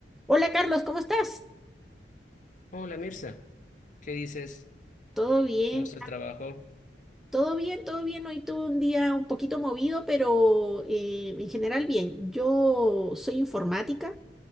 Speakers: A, in the centre; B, on the left.
A: Hola Carlos, ¿cómo estás?
B: Hola Mirza, ¿qué dices?
A: ¿Todo bien?
B: ¿Cómo está el trabajo?
A: Todo bien, todo bien. Hoy tuve un día un poquito movido, pero eh, en general bien. Yo soy informática